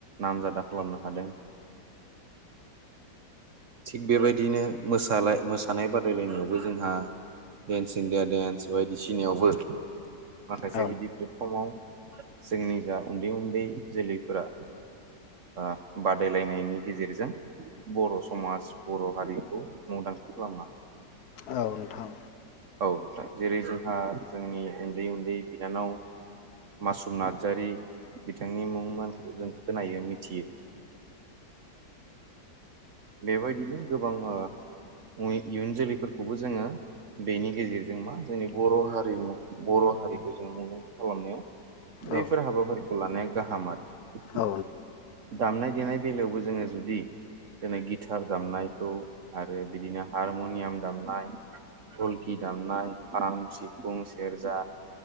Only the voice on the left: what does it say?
औ
औ नोंथां।
औ
औ नोंथां औ